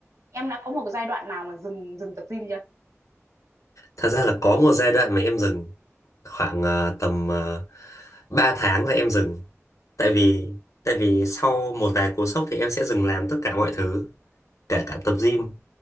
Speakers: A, on the right; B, on the left.
A: em đã có một cái giai đoạn nào mà dừng dừng tập gym chưa
B: Thật ra là có một giai đoạn mà em dừng khoảng ờ, tầm uh, 3 tháng là em dừng. Tại vì tại vì sau một vài cú sốc thì em sẽ dừng làm tất cả mọi thứ, kể cả tập gym